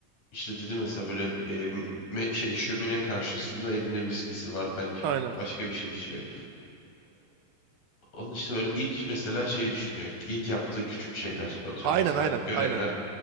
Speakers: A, on the left; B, on the right.
A: işte dedi mesela böyle e, me- şey şömine karşısında elinde viskisi var belki
B: aynen
A: başka bir şey içiyor. Onun işte böyle ilk mesela şeyi düşünüyor. İlk yaptığı küçük şeyler. Atıyorum
B: aynen
A: mesela
B: aynen
A: görevler.
B: aynen.